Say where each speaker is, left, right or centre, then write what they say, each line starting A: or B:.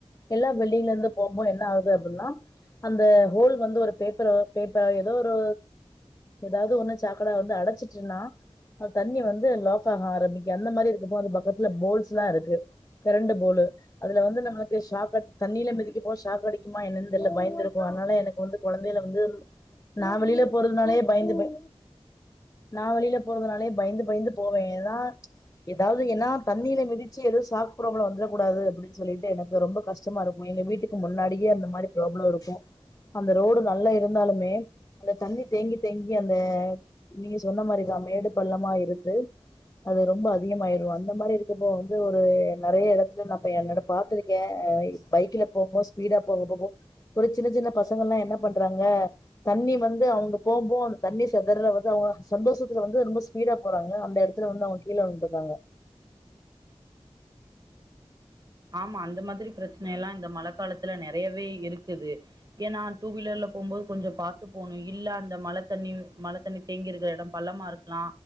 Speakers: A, on the left (about 25°); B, on the right (about 40°).
A: எல்லா பில்டிங்லருந்து போக போக என்ன ஆகுது அப்டின்னா அந்த ஹோல் வந்து ஒரு பேப்பரு பேப்பர் ஏதோ ஒரு ஏதாது ஒண்ணு சாக்கட வந்து அடச்சிச்சின்னா அ தண்ணி வந்து லாக்காக ஆரம்பிக்க அந்த மாரி இருக்கப்போ அது பகத்தல போல்ஸ் லா இருக்கு கரண்டு போளு அதுல வந்து நம்மளுக்கு ஷாக் அ தண்ணியில மிதிக்க போ ஷாக் அடிக்குமா என்னனு தெர்ல பயந்திருக்கு அதனால எனக்கு வந்து கொழந்தயில வந்து நா வெளியில போறதனாலே பயந்து பய நா வெளியில போறதனாலே பயந்து பயந்து போவே எதனா எதாவது ஏனா தண்ணில மிதிச்சி ஏதோ சாக் ப்ராப்ளம் வந்துட கூடாது அப்டினு சொலிட்டு எனக்கு ரொம்ப கஷ்டமா இருக்கு எங்க வீட்டுக் கு முன்னாடியே அந்த மாரி ப்ராப்ளோ இருக்கு அந்த ரோட் நல்லா இருந்தாலுமே அந்த தண்ணி தேங்கித் தேங்கி அந்த மி சொன்ன மாரிதா மேடு பள்ளமா இருந்து அது ரொம்ப அதிகமாயிரு அந்த மாரி இருக்கப்போ வந்து ஒரு நெறய இடத்துல நா போய் நடப் பாத்திருக்கே அ பைக்ல போபோது ஸ்பீடா போக போகு ஒரு சின்னச் சின்ன பசங்கலா என்ன பண்றாங்க தண்ணி வந்து அவுங்க போம்போது அந்த தண்ணி செதற விதோ சந்தோஷதுல வந்து ரொம்ப ஸ்பீடா போறாங்க அந்த எடத்துல வந்து அவுங்க கீழ விழுந்திருங்க
B: ஆமா அந்த மாதிரி பிரச்சன எல்லா இந்த மழ காலத்தல நெறையவே இருக்குது ஏனா டூ வீலர்ல போம்போது கொஞ்சோ பாத்து போனு இல்ல அந்த மழ தண்ணி மழ தண்ணி தேங்கி இருக்கிற எடோ பள்ளமா இருக் கலா